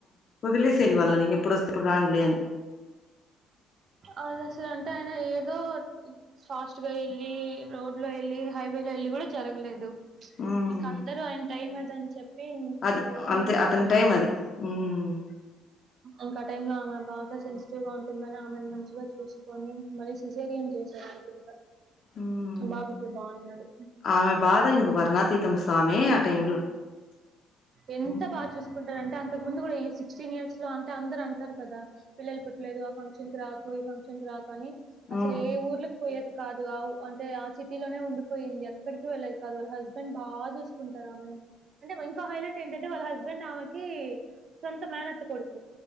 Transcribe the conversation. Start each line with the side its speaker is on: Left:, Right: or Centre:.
Left: వదిలేసేయళి వాళ్ళని ఎప్పుడొస్తే అప్పుడు రాన్లే అని <inaudible>
Right: అది అసలు ఎంతయన ఏ ఏదో ఫాస్ట్ గా ఎళ్ళి రోడ్ లో ఎళ్ళి హైవే లో ఎళ్ళి కూడా జరగలేదు
Left: ఉమ్
Right: ఇంక అందరు ఆయన టైం అదని చెప్ పి ఫీల్
Left: అది
Right: అయి
Left: అంతే
Right: ఇంకా
Left: అతని
Right: ఆమ
Left: టైం అది ఉమ్
Right: ఇంకాటైమ్ లో అమె బా సెన్సిటివ్ గా ఉంటుందని ఆమెని మంచిగా చూసుకొని మళ్ళీ సిజేరియన్ చేశారు అనుకుంట
Left: ఉమ్
Right: బాబ కూడా బాన్నాడు
Left: ఆమె బాధ ఇంక వర్ణాతీతం సామి ఆ టైమ్ లో
Right: ఎంత
Left: ఉమ్
Right: బాగా చూసుకుంటారు అంటే అంతకు ముందు కూడా ఈ సిక్స్టీన్ ఇయర్స్ లో అంటే అందరు అంటారు కదా పిల్లలు పుట్టలేదు ఆ ఫంక్షన్ కి రాకు ఈ ఫంక్షన్ కి రాక అనీ అసలు
Left: ఉమ్
Right: ఏ ఊర్లో పోయేది కాదు ఆవ్ అంటే ఆ సిటీలోనే ఉండిపోయింది ఎక్కడికి వెళ్లేది కాదు వాళ్ళ హస్బెండ్ బా చూసుకుంటారు ఆమెని అంటే ఇంకో హైలైట్ ఏంటంటే వాళ్ళ హస్బెండ్ ఆమెకి సొంత మేనత్త కొడుకు